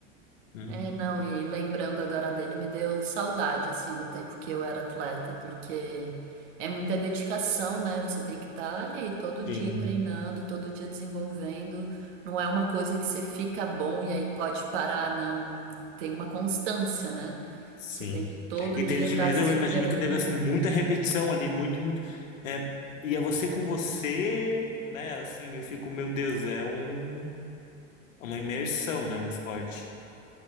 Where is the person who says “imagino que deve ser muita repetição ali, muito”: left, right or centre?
Left